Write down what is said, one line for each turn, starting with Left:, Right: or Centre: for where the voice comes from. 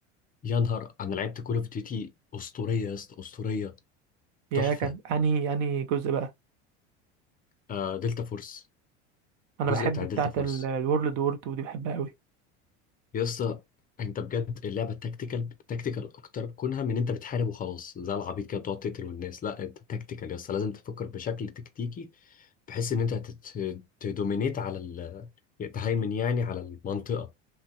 Left: يا نهار أنا لعبت كول أوف ديوتي أسطورية يا اسطى أسطورية
Right: يا
Left: تحفة
Right: كان انهي انهي جزء بقى
Left: آه دلتا فورس
Right: انا
Left: الجزء
Right: بحب
Left: بتاع
Right: بتاعه
Left: دلتا فورس
Right: الورلد وور 2 دي بحبها قوي
Left: يا اسطى أنت بجد اللعبة تكتيكال تكتيكال أكتر كونها من أنت بتحارب وخلاص زي العبيط كده بتقعد تقتل والناس لا أنت تكتيكال يا اسطى لازم تفكر بشكل تكتيكي بحيث ان انت هتت- تدومينيت على ال... تهيمن يعني على المنطقه